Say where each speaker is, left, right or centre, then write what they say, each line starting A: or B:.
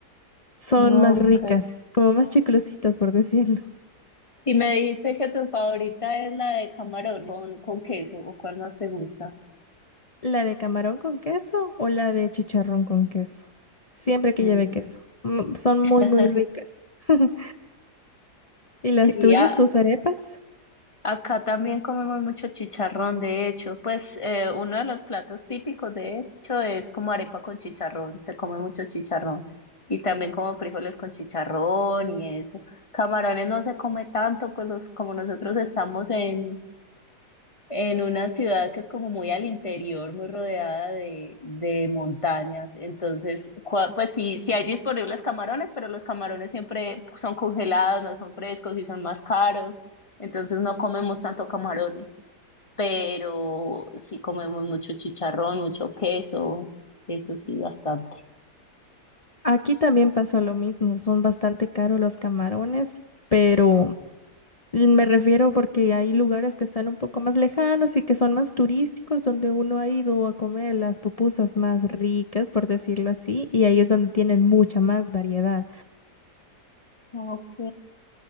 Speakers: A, on the left; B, on the left.
A: Son
B: Ok.
A: más Mm. ricas, como más chiclositas, por decirlo.
B: Y me dijiste que tu favorita es la de camarón con, con queso, ¿o cuál más te gusta?
A: ¿La de camarón con queso o la de chicharrón con queso? Siempre que
B: Mm.
A: lleve queso. Mm, Son muy,
B: <laughs>
A: muy ricas. <laughs> ¿Y las
B: Sí,
A: tuyas,
B: a,
A: tus arepas?
B: Acá también comemos mucho chicharrón, de hecho, pues eh, uno de los platos típicos, de hecho, es como arepa con chicharrón, se come mucho chicharrón y también como frijoles con chicharrón y eso. Camarones no se come tanto, pues los, como nosotros estamos en, en una ciudad que es como muy al interior, muy rodeada de, de montañas. Entonces, cua- pues sí, sí hay disponibles camarones, pero los camarones siempre son congelados, no son frescos y son más caros. Entonces no comemos tanto camarones, pero sí comemos mucho chicharrón, mucho queso, eso sí, bastante.
A: Aquí también pasa lo mismo, son bastante caros los camarones, pero me refiero porque hay lugares que están un poco más lejanos y que son más turísticos, donde uno ha ido a comer las pupusas más ricas, por decirlo así, y ahí es donde tienen mucha más variedad.
B: Ok.